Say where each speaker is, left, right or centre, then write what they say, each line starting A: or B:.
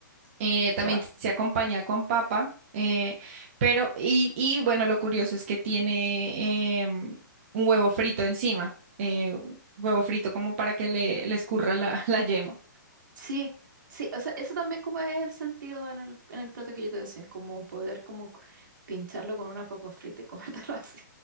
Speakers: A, on the right; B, on the right.
A: Eh, también
B: ya.
A: se acompaña con papa, eh, pero, y, y bueno, lo curioso es que tiene em, un huevo frito encima, eh, huevo frito como para que le, le escurra la, <laughs> la yema.
B: Sí, sí, o sea, eso también como es el sentido en el, en el plato que yo te decía, como poder como pincharlo con una papa frita y comértelo <laughs> así,